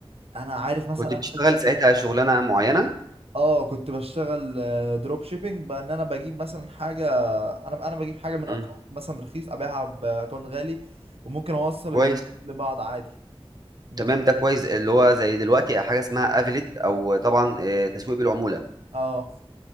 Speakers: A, on the right; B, on the right.
A: انا عارف مثلا
B: كنت
A: انا
B: بتشتغل
A: عايز-
B: ساعتها شغلانه معينه
A: اه كنت بشتغل دروب شيبينج بان انا بجيب مثلا حاجه انا انا بجيب حاجه من اكونت
B: مم.
A: مثلا رخيص ابيعها باكونت غالي وممكن اوصل
B: كويس
A: الاتنين لبعض عادي من
B: تمام
A: غير
B: ده كويس اللي هو زي دلوقتي حاجه اسمها افيليت او طبعا آه، تسويق بالعموله
A: اه